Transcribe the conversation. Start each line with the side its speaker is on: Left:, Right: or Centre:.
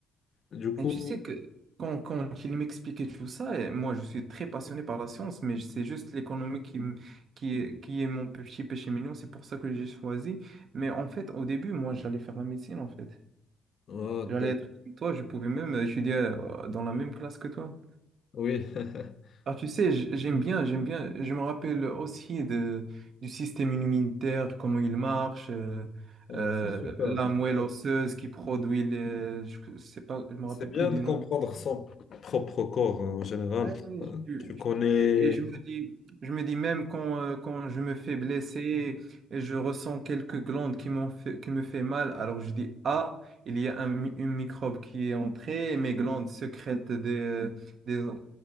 Left: Du coup,
Right: Et tu sais que quand, quand il m'expliquait tout ça, et moi je suis très passionné par la science, mais c'est juste l'économie qui, m- qui, est- qui est mon petit péché mignon, c'est pour ça que j'ai choisi. Mais en fait, au début, moi j'allais faire la médecine en fait.
Left: Oh,
Right: J'allais
Left: t'as-
Right: être comme toi, je pouvais même euh, étudier euh, dans la même classe que toi.
Left: oui, <laughs>
Right: Ah, tu sais, j- j'aime bien, j'aime bien, je me rappelle aussi de, du système immunitaire, comment il marche, euh,
Left: euh,
Right: euh,
Left: c'est super,
Right: la
Left: c'est
Right: moelle
Left: super.
Right: osseuse qui produit les, je sais pas, je me
Left: C'est
Right: rappelle
Left: bien
Right: plus du
Left: de comprendre
Right: nom.
Left: son propre corps hein, en général.
Right: Ouais, oui,
Left: Euh,
Right: je-
Left: Tu connais
Right: je- et je me dis, je me dis même quand, euh, quand je me fais blesser et je ressens quelques glandes qui m'ont fait, qui me fait mal, alors je dis, ah, il y a un, mi- une microbe qui est entrée et mes glandes sécrètent des, des euh,